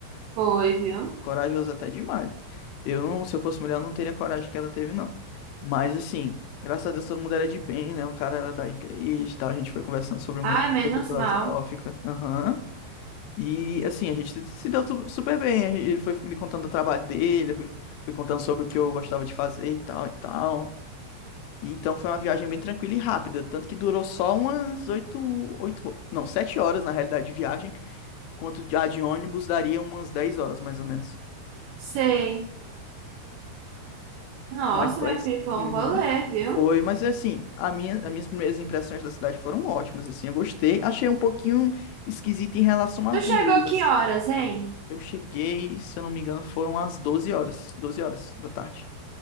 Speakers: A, on the right; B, on the left.
A: Foi, viu?
B: Foi corajosa até demais. Eu não, se eu fosse mulher, eu não teria a coragem que ela teve, não. Mas assim, graças a Deus todo mundo era de bem, né? O cara era da igreja e tal. A gente foi conversando sobre um
A: Ai,
B: monte de
A: menos
B: coisa filosófica.
A: mal.
B: Aham. E assim, a gente se deu tu- super bem. A gente- Ele foi me contando do trabalho dele, eu fui, fui contando sobre o que eu gostava de fazer e tal e tal. E então foi uma viagem bem tranquila e rápida, tanto que durou só umas oito, oito, não, sete horas na realidade de viagem, quanto de, a de ônibus daria umas 10 horas mais ou menos.
A: Sei. Nossa,
B: Mas foi
A: meu
B: isso.
A: filho, foi
B: Uhum.
A: um rolê, viu?
B: Foi, mas assim, a minha, as minhas primeiras impressões da cidade foram ótimas, assim, eu gostei. Achei um pouquinho esquisito em relação à
A: Tu
B: rua.
A: chegou que horas, hein?
B: Eu cheguei, se eu não me engano, foram às 12 horas, 12 horas da tarde.